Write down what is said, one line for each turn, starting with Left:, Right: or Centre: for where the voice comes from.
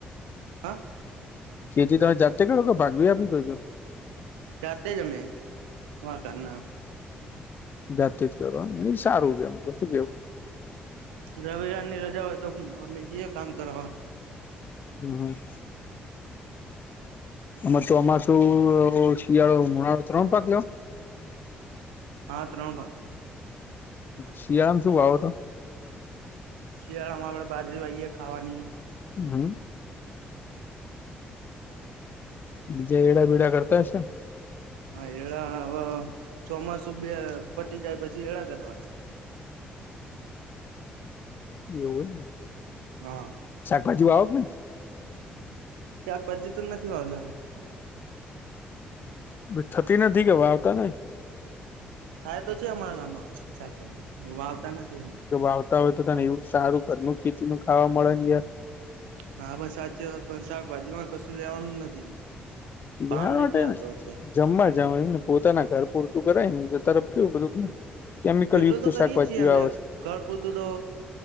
Right: હા.
Left: ખેતી તમે જાતે કરો કે ભાગ માઆપી દોછો.
Right: જાતે જમે હ કરના
Left: જાતી જ કરો સારું છે એમ કશું કેવું.
Right: રવિરાન ની રજા હોય તો અમે જઈએ કામ કરાવવા.
Left: હમ હ. અ તો આમાં શું શિયાળો મુણાળો ત્રણ પાક લ્યો
Right: હા ત્રણ પાક.
Left: શિયાળમાં શું વાાવો તો.
Right: શિયાળામાં આપણે બાજરી આવીએ ખાવાની.
Left: હમ. બીજા એડા બેેડા કરતા હશે ને.
Right: હા એરડાહવે ચોમાસું પતિ જાય પછી એરંડા કરવાના.
Left: એવુ હોયને.
Right: હા.
Left: શાકભાજી વાવો છો.
Right: શાકભાજી તો નથી ભલા
Left: એ થતી નથી કેવાવતાનહી.
Right: થાય તો છે અમારા ગામમાં શાકભાજી. વાવતા નથી અમે
Left: જો વાવતા હોય તો એવું સારું ઘરનું ખેતી નું ખાવા મળેને‌યાર
Right: હા બસ સાચી વાત પણ શાકભાજી માં કશું લેવાનું નથી. ભાવ
Left: બેમાટે
Right: નથી આવતો અત્યારે
Left: જમવા જાવ એમને પોતાના ઘર પૂરતું કરાય ને તરફ કેવું બધુંને કેમિકલ
Right: એટલું
Left: યુક્ત
Right: તો કરીએ
Left: શાકભાજીઓ
Right: છીએ અમે
Left: આવે છે.
Right: ઘર પૂરતું તો